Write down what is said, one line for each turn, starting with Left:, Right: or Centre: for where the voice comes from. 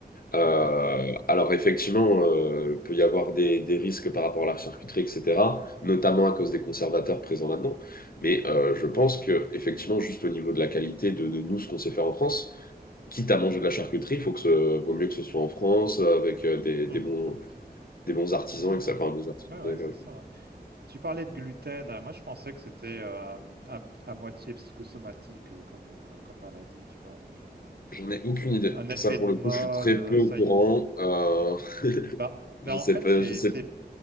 Left: Euh,
Right: ouais,
Left: alors effectivement, euh, il peut y avoir des, des risques par rapport à la charcuterie, etc., notamment à cause des conservateurs présents là-dedans. Mais euh,
Right: ouais,
Left: je pense que effectivement, juste au niveau de la qualité de, de nous, ce qu'on sait faire en France, quitte à manger de la charcuterie, il faut que ce, vaut mieux que ce soit en France euh, avec euh, des,
Right: Mhm.
Left: des bons, des bons artisans
Right: Mhm.
Left: et que ça. Enfin, des artisans,
Right: Ouais,
Left: des-
Right: ouais, c'est
Left: euh,
Right: ça. ouais. Tu parlais de gluten. euh, Moi, je pensais que c'était euh, à, à moitié psychosomatique euh, comme, euh, comme maladie. Tu vois, les gens, euh,
Left: j'en ai aucune
Right: c'est
Left: idée.
Right: un effet
Left: Ça, pour
Right: de mode.
Left: le coup, je suis très
Right: euh,
Left: peu au
Right: ça
Left: courant.
Right: y est.
Left: Euh, <laughs>
Right: Bah, bah,
Left: je sais
Right: en fait,
Left: pas,
Right: c'est
Left: je sais
Right: c'est